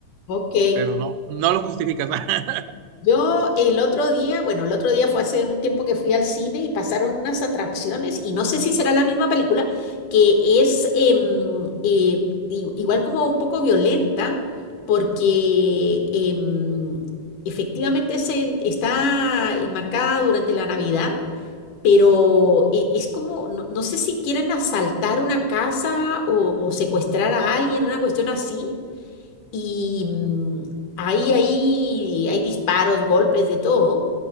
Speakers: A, on the left; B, on the right.
A: Ok.
B: pero no, no lo justificas. <laughs>
A: Yo el otro día, bueno, el otro día fue hace un tiempo que fui al cine y pasaron unas atracciones, y no sé si será la misma película, que es em, eh, i- igual como un poco violenta, porque em, efectivamente se, está enmarcada durante la Navidad Pero e- es como, no, no sé si quieren asaltar una casa o, o secuestrar a alguien, una cuestión así. Y mm, ahí, ahí hay disparos, golpes, de todo.